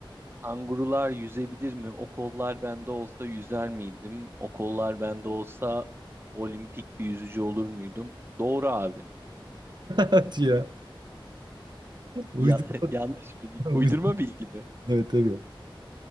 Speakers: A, on the right; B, on the right.
A: Kangurular yüzebilir mi? O kollar bende olsa yüzer miydim? O kollar bende olsa olimpik bir yüzücü olur muydum? Doğru abi.
B: Hadi ya. Uydurma,
A: Ya, <laughs> yanlış bir bilgi.
B: <laughs>
A: Uydurma bilgi mi?
B: Evet tabii.